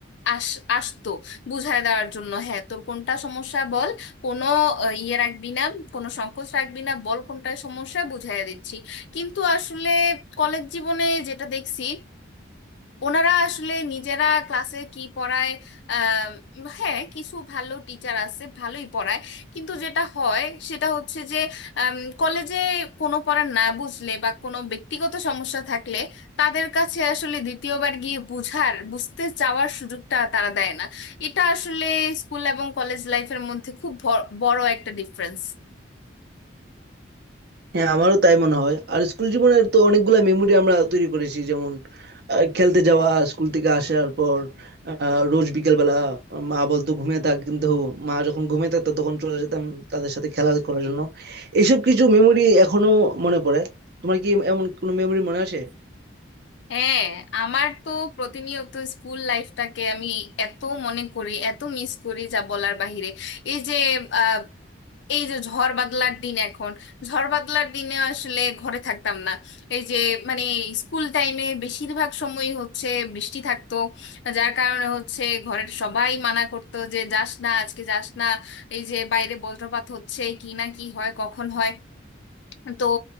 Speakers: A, on the left (about 60°); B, on the right (about 50°).
A: আস আসতো বুঝায় দেওয়ার জন্য হ্যাঁ তোর কোনটা সমস্যা বল কোনো আহ, ইয়ে রাখবি না কোনো সংকোচ রাখবি না বল কোনটায় সমস্যা বুঝাইয়া দিচ্ছি কিন্তু আসলে কলেজ জীবনে যেটা দেখছি ওনারা আসলে নিজেরা ক্লাসে কি পড়ায় আম, হ্যাঁ কিছু ভালো টিচার আছে ভালোই পড়ায় কিন্তু যেটা হয় সেটা হচ্ছে যে আম, কলেজে কোনো পড়া না বুঝলে বা কোনো ব্যক্তিগত সমস্যা থাকলে তাদের কাছে আসলে দ্বিতীয়বার গিয়ে বুঝার বুঝতে চাওয়ার সুযোগটা তারা দেয় না এটা আসলে স্কুল এবং কলেজ লাইফের মধ্যে খুব ভ- বড় একটা ডিফারেন্স
B: হ্যাঁ, আমারও তাই মনে হয়। আর স্কুল জীবনের তো অনেকগুলা মেমোরি আমরা তৈরি করেছি যেমন আহ, খেলতে যাওয়া স্কুল থেকে আসার পর আহ, রোজ বিকেলবেলা মা বলতো ঘুমিয়ে থাক কিন্তু মা যখন ঘুমিয়ে থাকতো তখন চলে যেতাম তাদের সাথে খেলা করার জন্য এইসব কিছু মেমোরি এখনো মনে পড়ে তোমার কি এমন কোনো মেমোরি মনে আছে
A: হ্যাঁ আমার তো প্রতিনিয়ত স্কুল লাইফটাকে আমি এত মনে করি এত মিস করি যা বলার বাহিরে এই যে আহ, এই যে ঝড় বাদলার দিন এখন ঝড় বাদলার দিনে আসলে ঘরে থাকতাম না এই যে মানে স্কুল টাইমে বেশিরভাগ সময়ই হচ্ছে বৃষ্টি থাকতো যার কারণে হচ্ছে ঘরের সবাই মানা করতো যে যাস না আজকে যাস না এই যে বাইরে বজ্রপাত হচ্ছে কি না কি হয় কখন হয় তো